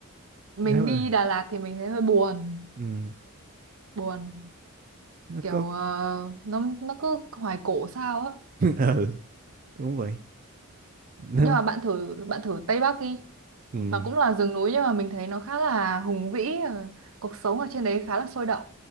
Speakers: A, on the right; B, on the right.
A: mình
B: nếu mà
A: đi Đà Lạt thì mình thấy hơi buồn
B: ừ.
A: buồn
B: nó
A: kiểu
B: có
A: ờ, nó nó cứ hoài cổ sao á
B: <laughs> ừ đúng vậy nó
A: nhưng mà bạn thử bạn thử Tây Bắc đi
B: ừ
A: nó cũng là rừng núi nhưng mà mình thấy nó khá là hùng vĩ ờ, cuộc sống ở trên đấy khá là sôi động